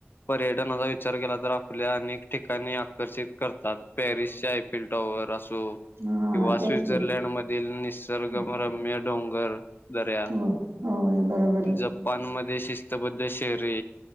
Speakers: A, on the left (about 50°); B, on the right (about 80°).
A: पर्यटनाचा विचार केला तर आपल्या अनेक ठिकाणी आकर्षित करतात पॅरिसच्या एफेल टॉवर असो
B: हा
A: किंवा
B: तेच
A: स्वीजरलैंड
B: की
A: मधील नि सर्गमरम्य
B: हं,
A: डोंगर दऱ्या,
B: हो होय बरोबर आहे
A: जपानमध्ये
B: की.
A: शिस् च बद्ये शहरे.